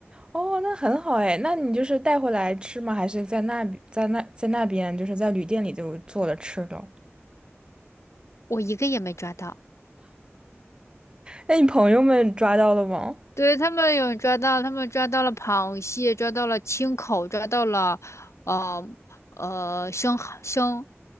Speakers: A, on the right; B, on the left.
A: 哦，那很好哎，那你就是带回来吃吗？还是在那边在那在那边就是在旅店里就做了吃的？
B: 我一个也没抓到。
A: 那你朋友们抓到了吗？
B: 对，他们有抓到，他们抓到了螃蟹，抓到了青口，抓到了呃呃生蚝生